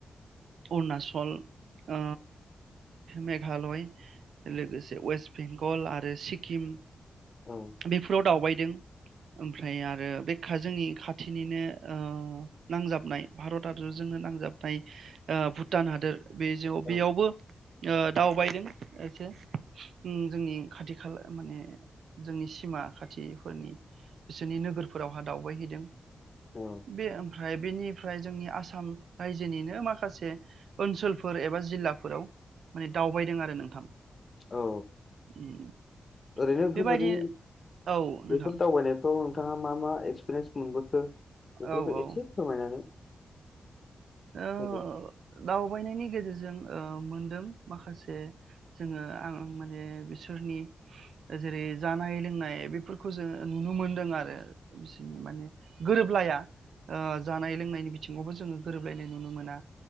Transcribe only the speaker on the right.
अरुणचल फल ओ मेघालय लोगोसे वेस्ट बेंगल आरो सिक्किम
बेफोराव दावबायदों ओमफ्राय आरो बे जोंनि खाथिनिनो ओ नांजाबनाय भारत आरो जोंनो नांजाबनाय ओ भुटान हादोर बेजो
बेयावबो ओ दावबायदों एसे जोंनि ओ खाथि खाला माने जोंनि सिमा खाथि <unintelligible> फोरनि बिसोरनि नोगोरफोरावहा दावबायहैदों।
बे ओमफ्राय बेनिफ्राय जोंनि आसाम रायजोनिनो माखासे ओनसोलफोर एबा जिल्लाफोराव माने दावबायदों आरो नोंथां।
उम,
बेबायदि औ नोंथां
औ औ
ओ
दावबायनायनि गेजेरजों दों माखासे जोङो आं माने बिसोरनि ओ जेरै जानाय लोंनाय बेफोरखौ जोङो नुनो मोनदों आरो बिसोरनि माने गोरोबलाया। ओ जानाय लोंनायनि बिथिङावबो जोङो गोरोबलायनाय नुनो मोना।